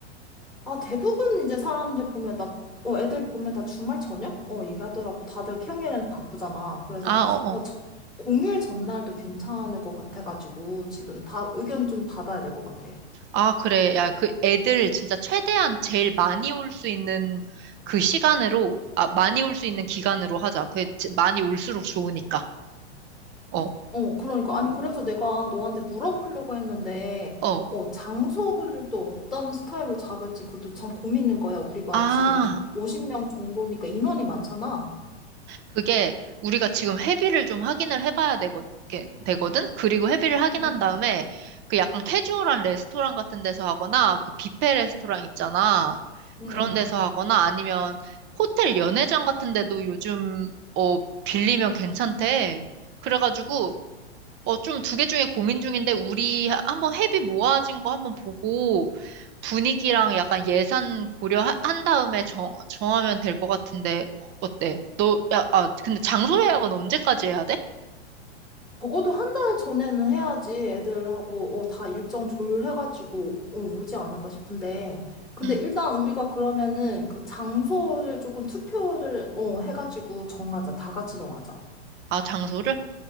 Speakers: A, in the centre; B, on the right (about 30°).
A: 아, 대부분 이제 사람들 보면 나, 어, 애들 보면 다 주말 저녁? 어, 얘기하더라고. 다들 평일에는 바쁘잖아. 그래서,
B: 아, 어,
A: 어,
B: 어.
A: 저, 공휴일 전날도 괜찮을 것 같아가지고 지금 다 의견 좀 받아야 될 것 같아.
B: 아, 그래. 야, 그 애들 진짜 최대한 제일 많이 올 수 있는 그 시간으로, 아, 많이 올 수 있는 기간으로 하자. 그게 지- 많이 올수록 좋으니까. 어,
A: 어, 그러니까. 아니, 그래서 내가 너한테 물어보려고 했는데,
B: 어.
A: 어, 장소를 또 어떤 스타일로 잡을지 그것도 참 고민인 거야. 우리가
B: 아,
A: 지금 50명 정도니까 인원이 많잖아.
B: 그게 우리가 지금 회비를 좀 확인을 해봐야 되거, 게- 되거든? 그리고 회비를 확인한
A: 응,
B: 다음에 그 약간 캐주얼한 레스토랑 같은 데서 하거나 그 뷔페 레스토랑 있잖아.
A: 응,
B: 그런 데서
A: 응.
B: 하거나 아니면 호텔 연회장 같은 데도 요즘, 어, 빌리면 괜찮대. 그래가지고 어, 좀 두 개 중에 고민 중인데, 우리 하- 한번 회비 모아진 거 한번 보고, 분위기랑 약간 예산 고려한 다음에 정, 정하면 될 것 같은데, 어때? 너, 야, 아, 근데 장소 예약은 언제까지 해야 돼?
A: 적어도 한 달 전에는 해야지 애들하고 어, 다 일정 조율해가지고 어, 오지 않을까 싶은데. 근데
B: 음,
A: 일단 우리가 그러면은 그 장소를 조금 투표를 어, 해가지고 정하자. 다 같이 정하자.
B: 아, 장소를?